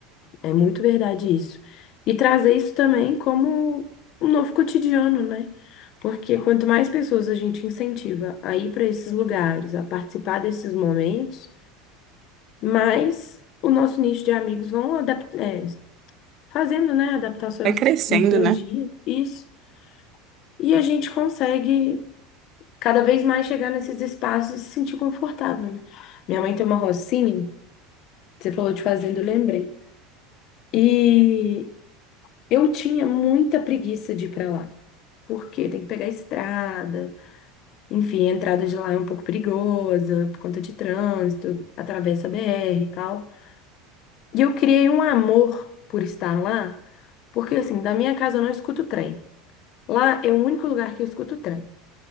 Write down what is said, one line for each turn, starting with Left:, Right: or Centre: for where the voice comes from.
Left: É muito verdade isso. E trazer isso também como um novo cotidiano, né? Porque quanto mais pessoas a gente incentiva a ir para esses lugares, a participar desses momentos, mais o nosso nicho de amigos vão adap- é, fazendo, né, adaptações
Right: Vai crescendo,
Left: no seu
Right: né?
Left: dia. Isso. E a gente consegue cada vez mais chegar nesses espaços e se sentir confortável, né? Minha mãe tem uma rocinha, você falou de fazenda, eu lembrei. E eu tinha muita preguiça de ir pra lá. Porque tem que pegar a estrada, enfim, a entrada de lá é um pouco perigosa por conta de trânsito, atravessa a BR e tal. E eu criei um amor por estar lá, porque assim, da minha casa eu não escuto trem. Lá é o único lugar que eu escuto trem.